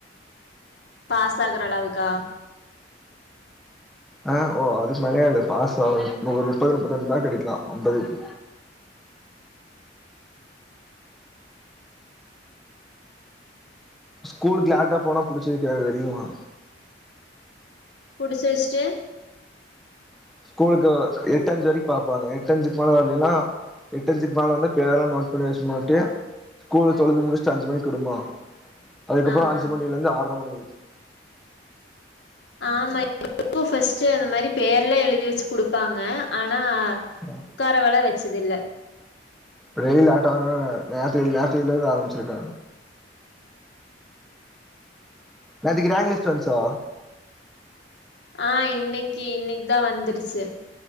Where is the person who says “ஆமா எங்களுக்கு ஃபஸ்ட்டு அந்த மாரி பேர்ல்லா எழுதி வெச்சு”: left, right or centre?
Left